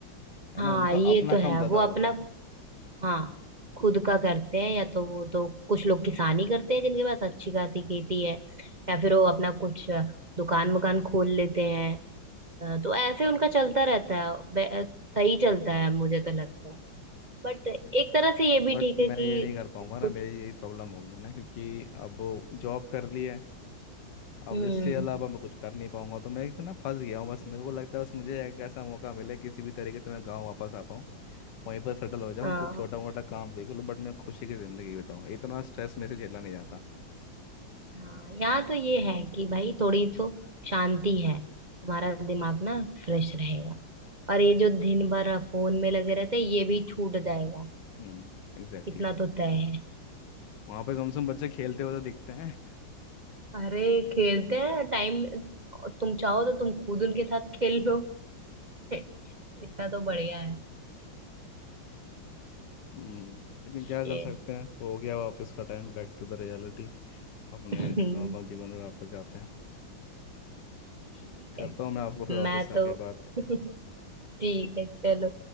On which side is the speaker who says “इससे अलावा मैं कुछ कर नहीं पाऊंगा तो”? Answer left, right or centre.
Left